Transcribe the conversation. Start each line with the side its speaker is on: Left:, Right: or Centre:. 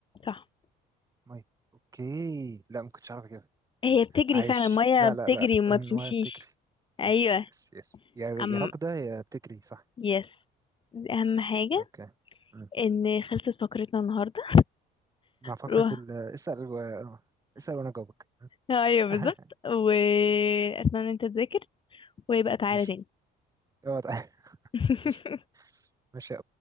Left: صح
Right: مية اوكي لا ما كنتش عارف كده
Left: هي بتجري
Right: عايش
Left: فعلا المية
Right: لا
Left: بتجري
Right: لا لا
Left: وما
Right: انها
Left: بتمشيش
Right: بتجري
Left: ايوه
Right: يس يس يس يا يا
Left: ام
Right: راكدة يا بتجري صح
Left: يس دي اهم
Right: يس
Left: حاجة
Right: اوكي مم.
Left: ان خلصت فقرتنا النهاردة
Right: مع فقرة
Left: روح
Right: ال اسأل و... آه، اسأل وانا جاوبك
Left: ايوه
Right: <laughs>
Left: بالظبط واتمنى ان انت تذاكر ويبقى تعالى
Right: ماشي
Left: تاني
Right: اقعد <laughs>
Left: <laughs>
Right: ماشي ماشي